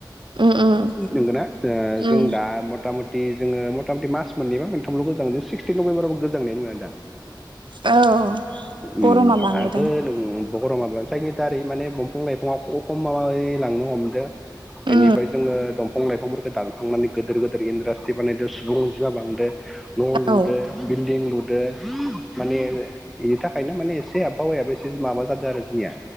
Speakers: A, on the right (about 85°); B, in the centre.
A: उम उम
B: नोंगोना ओ जों
A: उम
B: दा मथा मथ थि जोङो मथा मथि मास मोन्नैबा मोनथामल' गोजांङो जों सिक्सटिन नभेम्बरबाबो गोजांनायानो नोङा दा।
A: औ
B: उम
A: गरमा बांबोदों
B: आगोल उम गरमाबो <unintelligible> रै माने बंफां लाइफङा ख-ख-खमायलांनो हमदो बेनिफाय
A: उम
B: जोङो दंफां लाइफांफोरखौ दानखांनानै गोदोर गोदोर इन्डासट्रि बानायदो सुबुं अनजिमा बांदो न' लुदो
A: औ
B: बिल्डिं लु दो माने इनि थाखायनो माने एसे आबहावायाबो एसे माबा जादो आरो जोंनिया।